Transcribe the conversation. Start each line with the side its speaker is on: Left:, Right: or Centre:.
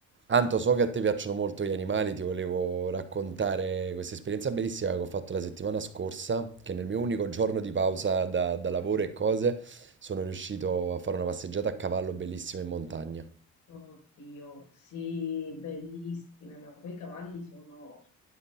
Right: Anto, so che a te piacciono molto gli animali, ti volevo raccontare questa esperienza bellissima che ho fatto la settimana scorsa, che nel mio unico giorno di pausa da, da lavoro e cose sono riuscito a fare una passeggiata a cavallo bellissima in montagna.
Left: Oddio, sì, bellissime, ma poi i cavalli sono